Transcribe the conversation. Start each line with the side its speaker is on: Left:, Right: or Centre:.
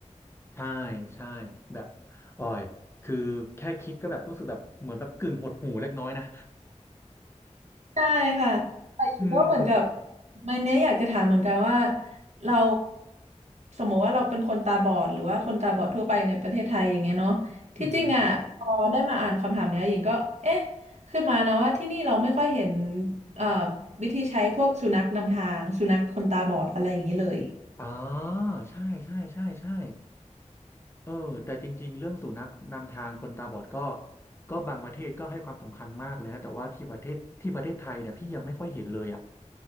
Left: ใช่ใช่แบบอ่อยคือแค่คิดก็แบบรู้สึกแบบเหมือนแบบกึ่งหดหู่เล็กน้อยนะ
Right: ใช่ค่ะ แต่หญิงก็เหมือนกับ
Left: <laughs> อืม
Right: วันนี้อยากจะถามเหมือนกันว่าเราสมมติว่าเราเป็นคนตาบอดหรือว่าคนตาบอดทั่วไปในประเทศไทยอย่างเงี้ยเนาะที่จริงอ่ะพอได้มาอ่านคำถามเนี้ยหญิงก็เอ๊ะ
Left: อือหือ
Right: ขึ้นมานะว่าที่นี่เราไม่ค่อยเห็นเอ่อวิธีใช้พวกสุนัขนำทางสุนัขคนตาบอดอะไรอย่างนี้เลย
Left: อ๋อใช่ใช่ใช่ใช่เออแต่จริงๆเรื่องสุนัขนำทางคนตาบอดก็ก็บางประเทศก็ให้ความสำคัญมากเลยนะแต่ว่าที่ประเทศที่ประเทศไทยเนี่ยพี่ยังไม่ค่อยเห็นเลยอ่ะ